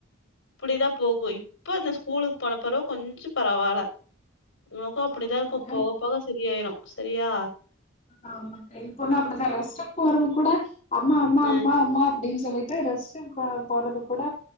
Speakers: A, on the left; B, on the left.
A: அப்டிதா போகு இப்போ இந்த ஸ்கூலுக்கு போன பிறவ கொஞ்சோ பரவாயில்ல முக அப்டிதா
B: ஆமாங்க
A: இருக்கு போக போக சரியாயிரும் சரியா
B: ஆமா என் பொண்ணா அப்டிதா ரெஸ்ஸ போறது கூட அம்மா அம்மா
A: அ
B: அம்மா அம்மா அப்படின் சொல்லிட்டு ரெஸ் டு போ போறது கூட